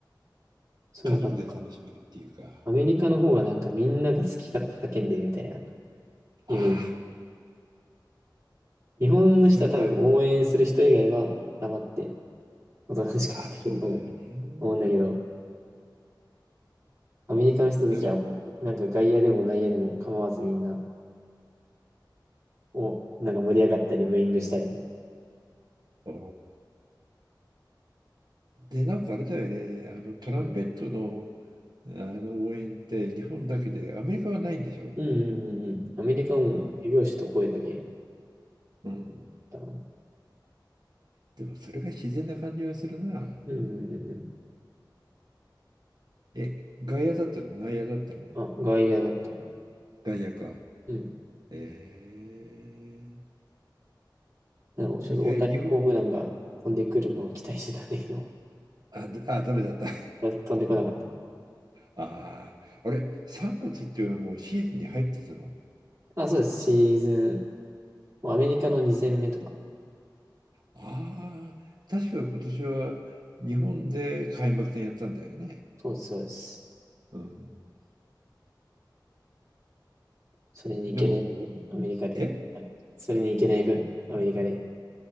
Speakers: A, on the right (about 40°); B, on the right (about 60°).
A: そんな感じか。
B: 家族で楽しめるっていうか。
A: アメリカの方がなんかみんなが好き勝手叫んでるみたいなイメージ。
B: あ
A: 日本の人は多分応援する人以外は黙って
B: あ、それが、
A: おとなしく見てると
B: あ、そうだよね。
A: 思うんだけど、アメリカの人たちはもうなんか外野でも内野でも構わずみんな
B: それと、
A: をなんか盛り上がったりブーイングしたり。
B: あーで、なんかあれだよね、あのトランペットの、
A: うん、
B: あの応援って日本だけで、アメリカはないんでしょ
A: うんうんうんうん。アメリカも手拍子と声だけ
B: うん。うん。
A: だな。
B: でもそれが自然な感じはするな。
A: うんうんうんうん。
B: え、外野だったの内野だったの
A: あ、外野だったな。
B: 外野か。
A: うん。
B: え
A: なんかちょっと大谷ホームランが飛んでくるのを期待してたんだけど、
B: ー、いえ、日本、あ、だあ、ダメだった。<laughs>
A: 飛んでこなかった。
B: ああ、あれ、3月っていうのはもうシーズンに入ってたの
A: あ、そうです。シーズンもうアメリカの2戦目とか。
B: ああ確か今年は日本で開幕戦やったんだよね。
A: そうです、そうです。
B: うん。
A: それに行けない、
B: でも、
A: アメリカで。
B: え
A: はい。それに行けない分、アメリカで。